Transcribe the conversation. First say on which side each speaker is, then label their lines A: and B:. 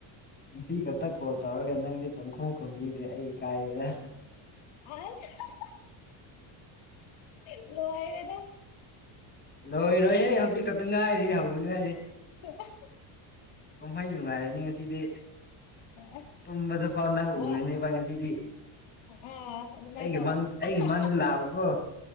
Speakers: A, on the left (about 20°); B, on the left (about 65°).
A: ꯉꯁꯤ ꯈꯛꯇ ꯀꯣꯜ ꯇꯧꯔꯒ ꯅꯪꯗꯤ ꯄꯪꯈꯣꯡ ꯈꯣꯨꯝꯕꯤꯗꯦ ꯑꯩ ꯏ ꯀꯥꯏꯔꯦꯗ
B: ꯑ ꯂꯣ ꯍꯥꯏꯗꯗ
A: ꯂꯣꯏꯔꯣꯏꯍꯦ ꯍꯧꯖꯤꯛ ꯈꯛꯇ ꯉꯥꯏꯔꯤ ꯍꯧꯗꯤ ꯉꯥꯏꯔꯤ
B: <unintelligible>
A: ꯀꯨꯝꯍꯩ ꯅꯨꯡꯉꯥꯏꯔꯅꯤ ꯉꯁꯤꯗꯤ
B: ꯑꯁ
A: ꯇꯨꯝꯕꯗ ꯐꯥꯎ ꯅꯪ
B: ꯋꯥ
A: ꯎꯔꯅꯦꯕ ꯉꯁꯤꯗꯤ
B: ꯑꯥ ꯑꯗꯨꯃꯥꯏ
A: ꯑꯩꯒꯤ
B: ꯇꯋꯣ
A: ꯃꯪ ꯑꯩꯒꯤ
B: ꯑ ꯍꯥ
A: ꯃꯪꯗ ꯂꯥꯛꯎꯀꯣ